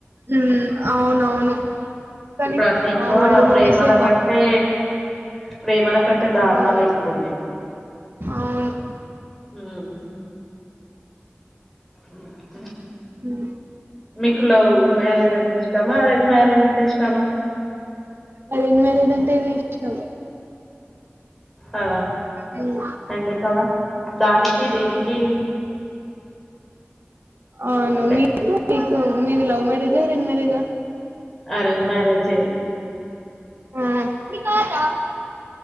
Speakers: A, on the right; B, in the centre.
A: హ్మ్ అవునవును కానీ
B: ఇప్పుడన్నెక్కువా
A: ఆ ఓల్డ్ మూవీసే
B: ప్రేమల కంటే ప్రేమల కంటే దారుణాలే
A: ఔ
B: ఎక్కువ
A: ఔను.
B: ఊమ్. అ
A: ఉమ్,
B: మీకు లవ్ మ్యారేజంటిష్టమా అరేంజ్ మ్యారేజంటిష్టమ.
A: అరేంజ్ మ్యారేజ్ అంటేనే ఇష్టం
B: ఆ
A: హ్మ్
B: ఎందుకల దానిక్ కి దీనికి.
A: ఔను
B: అంటే
A: మీకు. కు మీది లవ్ మ్యారేజా అరేంజ్ మ్యారేజ.
B: అరేంజ్ మ్యారేజ్ ఎ
A: ఆ